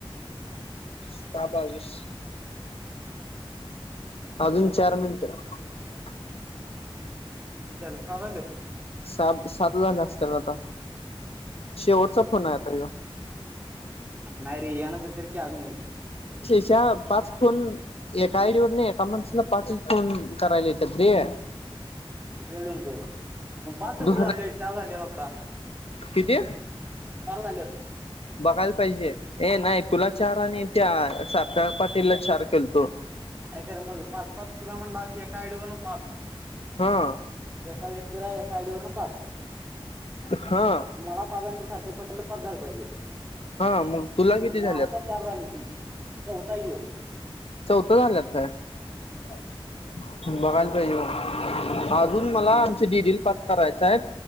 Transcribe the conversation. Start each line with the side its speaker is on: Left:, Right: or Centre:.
Left: सा बावीस. अजून चार मिंटं -
Right: <unintelligible>
Left: साब सातजण असत्याल आता. शेवटचा फोन आए आता यो.
Right: नाही रे यानंतर कर की आजुन एक.
Left: च्या पाच फोन एका आयडी वर नाही ये एका माणसाला पाचच फोन करायले येतात रे.
Right: <unintelligible> पण पात्र
Left: दुसऱ्या
Right: कुडे आलय <unintelligible> - का?
Left: किती?
Right: कारण आणलीयात.
Left: बघाल पाइजे. ए नाइ, तुला चार आणि त्या साता पाटीलला चार केलतो.
Right: अरे खरं मग पाच पाच तू काय म्हणलास, अस एका आयडी वरनं पाच
Left: हा
Right: एका व्यक्तीला एका आयडी वरनं पाच.
Left: हा
Right: मला पाच आणत्या चार - ते पटेला पाच झालं पाहिजे.
Left: हा मग तुला किती
Right: ना
Left: झाल्यात
Right: आता चार झाले ती चौता यऊ.
Left: लान लेगताय - बगाल का येऊ? आजून मला आमचे डीडील पाच करायचाय.